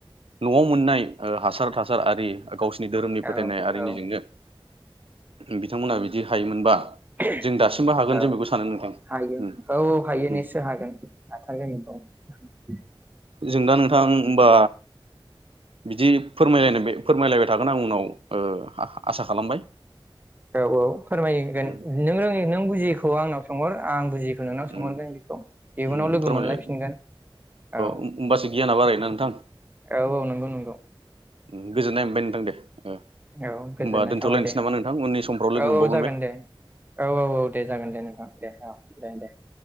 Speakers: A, on the right (about 85°); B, on the right (about 20°).
A: न'आव मोननाय ओ हासार थासा सार आरि गावसिनि धोरोमनि
B: औ
A: फोथायनाय आरिनिजोंनो
B: औ
A: बिथांमोना बिदि हायोमोनबा
B: <unintelligible>
A: जों दासिमबो हागोन
B: औ
A: जों बेखौ सानो नोंथां
B: हायो
A: उम
B: औ औ हायो
A: उम
B: निसय हागोन हाथारगोन बिखौ
A: जों दा नोंथां होमबा बिदि फोरमायलाय फोरमायलायबाय थागोन आं उनाव ओ आसा खालामबाय
B: औ औ फोरमायगोन
A: उम
B: नों रोङै नों बुजियैखौ आंनाव सोंहर आं बुजियि नोंनाव
A: उम
B: सोंहरगोन बेखौ इयुनाव
A: उम
B: लोगो
A: फोरमायलाय
B: मोनलायफिनगोन औ औ
A: होमबासो गियाना बारायोना नोंथां
B: औ नंगौ नंगौ
A: ओम गोजोननाय मोनबाय नोंथां दे ओ
B: औ गोजोननाय
A: होमबा दोनथ'लायनोसै
B: थाबाय दे होमबा
A: नामा नोंथां उननि समफ्राव लोगो
B: औ
A: मोनबावगोन
B: औ जागोन
A: बे
B: दे औ औ औ दे जागोन दे नोंथां दे औ दे दे। <inaudible>